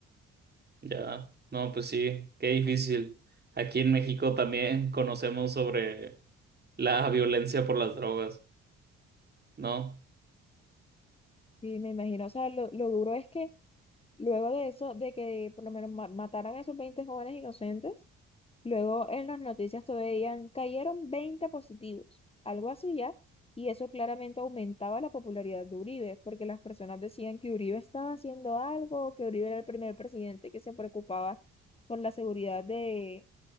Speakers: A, on the right; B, on the left.
A: ya. No, pues sí, qué difícil. Aquí en México también <laughs> conocemos sobre la violencia por las drogas, ¿no?
B: Sí, me imagino, o sea, lo, lo duro es que luego de eso, de que por lo menos ma- mataran a esos 20 jóvenes inocentes, Luego en las noticias todavía cayeron 20 positivos, algo así ya, y eso claramente aumentaba la popularidad de Uribe, porque las personas decían que Uribe estaba haciendo algo, que Uribe era el primer presidente que se preocupaba por la seguridad de,